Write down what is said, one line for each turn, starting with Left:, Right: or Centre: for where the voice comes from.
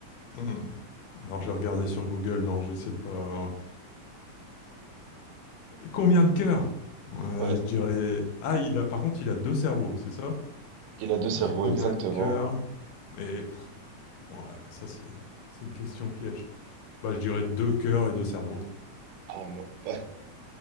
Left: Hmm. Alors, je vais regarder sur Google, non, j'essaie de pas... hein. Combien de cœurs? Euh,
Right: Ouais,
Left: je dirais... Ah, il a, par contre, il a deux cerveaux, c'est ça?
Right: il a deux cerveaux,
Left: Et combien
Right: exactement.
Left: de cœurs? Et pff, ouais, mais ça, c'est c'est une question piège. Bah, je dirais deux cœurs et deux cerveaux.
Right: Ah non. <laughs>